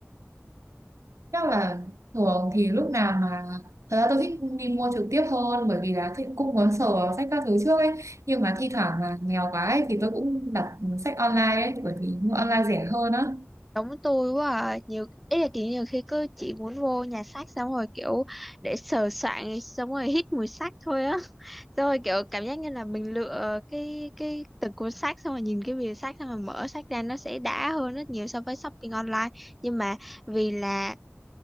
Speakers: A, on the right; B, in the centre.
A: chắc là thường thì lúc nào mà thật ra tôi thích đi mua trực tiếp hơn bởi vì là thích cũng muốn sờ vào sách các thứ trước ấy nhưng mà thi thoảng mà nghèo quá ấy thì tôi cũng đặt sách online ấy bởi vì mua online rẻ hơn á
B: Giống tôi quá à. Nhiều ý là kiểu nhiều khi cứ chỉ muốn vô nhà xác xong rồi kiểu để sờ soạng xong rồi hít mùi xác thôi á. <laughs> Xong rồi kiểu cảm giác như là mình lựa cái cái từng cuốn xác xong rồi nhìn cái bìa xác xong rồi mở xác ra nó sẽ đã hơn rất nhiều so với shopping online. Nhưng mà vì là